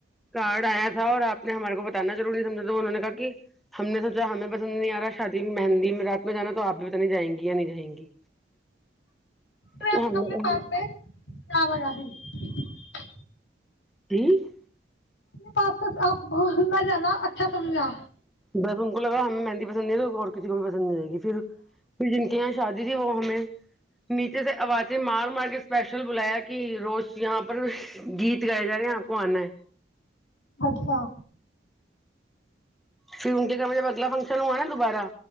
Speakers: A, in the centre; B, on the left.
A: کارڈ آیا اور آپ نے ہمارے کو بتانا ضرور نہیں سمجھا تو انہوں نے کہا کہ ہم نے سوچا ہمیں پسند نہیں آ رہا شادی میں مہندی میں رات میں جانا تو آپ بھی پت نہیں جائیں گی یا نہیں جائیں گی
B: ک
A: تو ہم نے
B: اپنے
A: کہا
B: پالتے ہے جام رب <unintelligible>
A: جی <unintelligible>
B: پس آپ نہ جانا اچھا سمجھا
A: بس ان کو لگا ہمیں مہندی پس نہیں ل اور کسی کو بھی پسند نہیں گی پھر ک جن کیا شادی تھی وہ ہمیں نیچے سے آوازیں مار مار کے اسپیشل بلایا کہ روز یہاں پر گیت گائے جا رہے ہیں آپ کو آنا ہے
B: اچھا
A: پھر ان کے کمے میں میں اگلا فنکشن ہوا نا دوبارہ